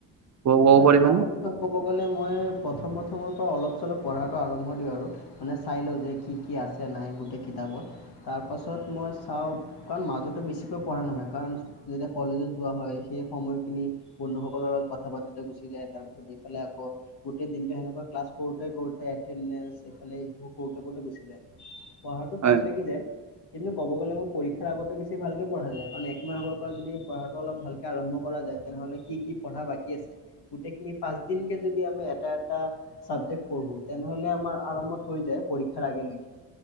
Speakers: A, on the right; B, on the left.
A: ক'ব ক'ব
B: হয়,
A: পাৰিবানে?
B: পঢ়াৰ বিষয়ে ক'ব গ'লে মই প্ৰথম প্ৰথমৰ পৰা অলপ চলপ পঢ়াটো আৰম্ভ দিওঁ আৰু। মানে চাই লওঁ যে কি কি আছে নাই গোটেই কিতাপত তাৰপাছত মই চাওঁ কাৰণ মাজতে বেছিকৈ পঢ়া নহয় কাৰণ যেতিয়া কলেজত যোৱা হয় সেই সময়খিনি বন্ধুসকলৰ লগত কথা বাৰ্তাতে গুচি যায় তাৰ পিছত এইফালে আকৌ গোটেই দিনতো সেনেকোৱা ক্লাছ কৰোতে কৰোতে এটেনন্দেন্স এইফালে এইবোৰ কৰোতে কৰোতে গুচি যায়। পঢ়াটোত
A: হয়
B: টাইম লাগি যায়। কিন্তু কব গলে আমি পৰীক্ষাৰ আগতে বেছি ভালকে পঢ়া যায় কাৰণ একমাহ আগৰ পৰা যদি পঢ়াটো অলপ ভাল কে আৰম্ভ কৰা যায় তেনেহলে কি কি পঢ়া বাকী আছে? গোটেইখিনি পাঁচদিনকে যদি আমি এটা এটা চাবজেক্ট পঢ়ো তেনেহলে আমাৰ আৰামত হৈ যায় পৰীক্ষাৰ আগেলৈকে।